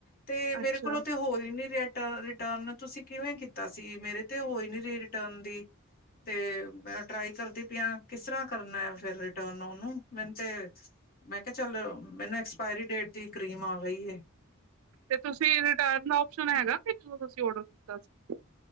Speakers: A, on the left (about 45°); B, on the right (about 85°).
A: ਤੇ ਮੇਰੇ
B: ਅੱਛਾ
A: ਕੋਲੋਂ ਤੇ ਹੋਈ ਨੀ ਰਿਹਾ। ਰਿਟਰਨ ਤੁਸੀਂ ਕਿਵੇਂ ਕੀਤਾ ਸੀ ਮੇਰੇ ਤੇ ਹੋਈ ਨੀ ਰਹੀ ਰਿਟਰਨ ਦੀ ਤੇ ਮੈਂ ਟਰਾਈ ਕਰਦੀ ਪਿਆ ਕਿਸ ਤਰ੍ਹਾਂ ਕਰਨਾ ਫੇਰ ਰਿਟਰਨ ਉਹਨੂੰ ਮੈਨੂੰ ਤੇ ਮੈਂ ਕਿਹਾ ਚੱਲ ਮੈਨੂੰ ਐਕਸਪਾਇਰੀ ਡੇਟ ਦੀ ਕਰੀਮ ਆ ਗਈ ਏ।
B: ਤੇ ਤੁਸੀਂ ਰਿਟਰਨ ਦਾ ਓਪਸ਼ਨ ਹੈਗਾ ਕਿ ਜਦੋਂ ਤੁਸੀਂ ਔਡਰ ਕੀਤਾ ਸੀ।